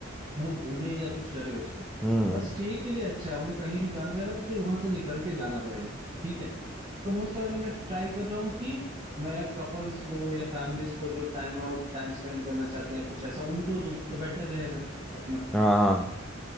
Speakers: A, on the right; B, in the centre.
A: वो घूमे या कुछ करे उस पे
B: हम्म
A: बस स्टे के लिए अच्छा है उन्हें कहीं भी जाना रहेगा तो फिर वहां से निकल के जाना पड़ेगा ठीक है तो मोस्ट प्रोबेबली मैं ट्राई कर रहा हूँ कि मैं कपल्स को या फैमिलीज को जो टाइम आउट टाइम स्पेंड करना चाहते हैं कुछ ऐसा उनको दूं तो बेटर रहेगा अपना
B: हाँ हाँ